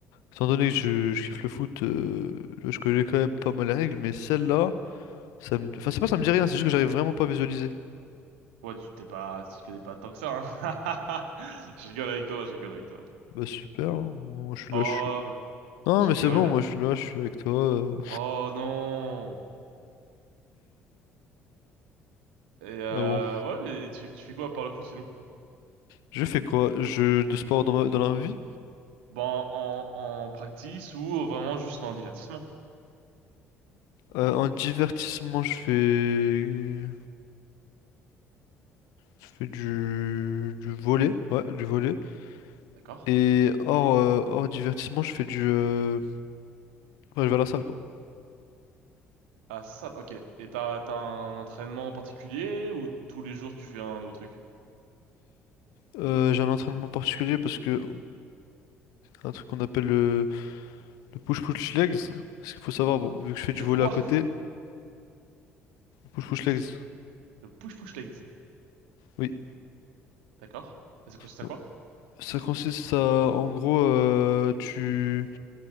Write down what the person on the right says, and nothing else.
Ok.
Ouais, tu t'es pas, tu te connais pas tant que ça, hein. <laughs> Je rigole avec toi, je rigole avec toi.
Oh,
je
rigole.
Oh non. Et euh,
ouais, et tu, tu fais quoi par le foot sinon?
Bon, en, en practice ou vraiment juste en divertissement,
d'accord?
Ah, ça, ok. Et t'as, t'as un entraînement particulier ou tous les jours tu fais un nouveau truc?
Le
quoi?
Le push-push legs.
D'accord. Et ça consiste
à quoi?